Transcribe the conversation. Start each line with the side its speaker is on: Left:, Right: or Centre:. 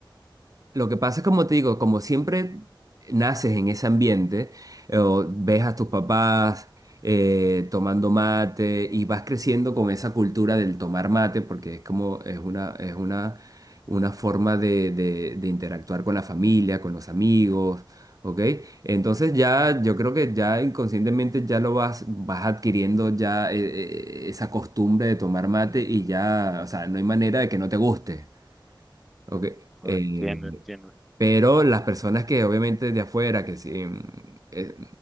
Right: Lo que pasa es como te digo, como siempre naces en ese ambiente, eh, o ves a tus papás eh, tomando mate y vas creciendo con esa cultura del tomar mate, porque es como es una, es una, una forma de, de- de interactuar con la familia, con los amigos, ¿ok? Entonces ya yo creo que ya inconscientemente ya lo vas, vas adquiriendo ya eh, eh, esa costumbre de tomar mate y ya, o sea, no hay manera de que no te guste, ¿ok?
Centre: Oh,
Right: Eh,
Centre: entiendo, entiendo.
Right: pero las personas que obviamente de afuera, que sí, mm, eh,